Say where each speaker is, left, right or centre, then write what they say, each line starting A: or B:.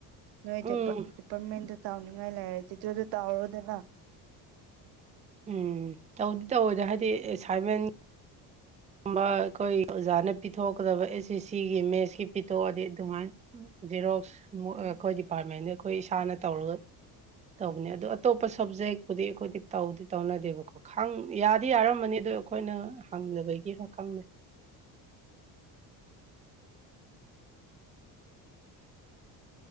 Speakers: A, on the right; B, on the right.
A: ꯅꯣꯏ
B: ꯎꯝ
A: ꯗꯤꯄꯥꯔꯠꯃꯦꯟꯗ ꯇꯥꯎꯅꯤꯡꯉꯥꯏ ꯂꯩꯔꯁꯤ ꯑꯗꯨ ꯑꯗꯨ ꯇꯥꯎꯔꯣꯗꯅ
B: ꯎꯝ ꯇꯧꯗꯤ ꯇꯧꯋꯦꯗ ꯍꯥꯏꯗꯤ ꯑꯦꯁꯥꯏꯟꯃꯦꯟ ꯀꯨꯝ ꯑꯩꯈꯣꯏ ꯑꯣꯖꯥꯅ ꯄꯤꯊꯣꯛꯀꯗꯕ ꯑꯦꯁ ꯑꯦꯁ ꯁꯤꯒꯤ ꯃꯦꯠꯁꯀꯤ ꯄꯤꯊꯣꯛꯑꯗꯤ ꯑꯗꯨꯃꯥꯏꯅ ꯦꯔꯣꯛꯁ
A: ꯎꯝ
B: ꯑꯩꯈꯣꯏ ꯗꯤꯄꯥꯔꯠꯃꯦꯟꯗ ꯑꯩꯈꯣꯏ ꯏꯁꯥꯅ ꯇꯧꯔꯒ ꯇꯧꯕꯅꯦ ꯑꯗꯣ ꯑꯇꯣꯞꯄ ꯁꯕꯖꯦꯛꯄꯨꯗꯤ ꯑꯩꯈꯣꯏꯗꯤ ꯇꯧꯗꯤ ꯇꯧꯅꯗꯦꯕꯀꯣ ꯌꯥꯗꯤ ꯌꯥꯔꯝꯃꯅꯤ ꯑꯗꯨ ꯑꯩꯈꯣꯏꯅ ꯍꯪꯗꯕꯒꯤꯔ ꯈꯪꯪꯂꯗꯦ